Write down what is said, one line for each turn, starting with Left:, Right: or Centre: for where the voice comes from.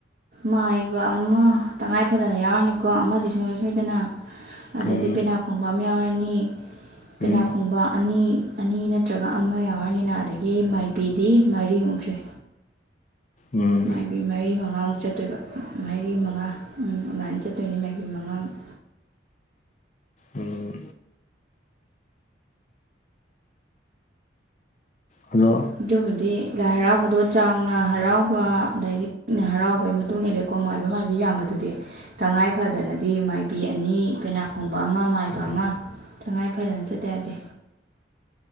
Right: ꯃꯥꯏꯕ ꯑꯃ ꯇꯉꯥꯏꯐꯗꯅ ꯌꯥꯎꯔꯅꯤꯀꯣ ꯑꯃꯗꯤ ꯁꯨꯡꯁꯣꯏ ꯁꯣꯏꯗꯅ ꯑꯗꯩꯗꯤ
Left: ꯎꯝ
Right: ꯄꯦꯅꯥ ꯈꯣꯡꯕ ꯑꯃ ꯌꯥꯎꯔ ꯑꯅꯤ ꯄꯦꯅꯥꯈꯣꯡꯕ
Left: ꯎꯝ
Right: ꯑꯅꯤ ꯑꯅꯤ ꯅꯠꯇ꯭ꯔꯒ ꯑꯃ ꯌꯥꯎꯔꯅꯤꯅ ꯑꯗꯒꯤ ꯃꯥꯏꯕꯤꯗꯤ ꯃꯔꯤꯃꯨꯛ ꯁꯦ
Left: ꯎꯝ
Right: ꯃꯥꯏꯕꯤ ꯃꯔꯤ ꯃꯉꯥꯃꯛ ꯆꯠꯇꯣꯏꯕ ꯃꯥꯏꯔꯤ ꯃꯉꯥꯝ ꯑꯗꯨꯃꯥꯏꯅ ꯆꯠꯇꯣꯏꯅꯤ ꯃꯥꯏꯕꯤ ꯃꯉꯥꯃꯨꯛ
Left: ꯎꯝ ꯑꯗꯣ
Right: ꯑꯗꯨꯕꯨꯗꯤ ꯂꯥꯏ ꯍꯔꯥꯎꯕꯗꯣ ꯆꯥꯎꯅ ꯍꯔꯥꯎꯕ ꯑꯗꯒꯤ ꯄꯤꯛꯅ ꯍꯔꯥꯎꯕꯒꯤ ꯃꯇꯨꯡ ꯏꯜꯂꯦꯀꯣ ꯃꯥꯏꯕ ꯃꯥꯏꯕꯤ ꯌꯥꯝꯕꯗꯨꯗꯤ ꯇꯉꯥꯏ ꯐꯗꯅꯗꯤ ꯃꯥꯏꯕꯤ ꯑꯅꯤ ꯄꯦꯅꯥ ꯈꯣꯡꯕ ꯑꯃ ꯃꯥꯏꯕ ꯑꯃ ꯇꯉꯥꯏ ꯐꯗꯅ ꯆꯠꯇ ꯌꯥꯗꯦ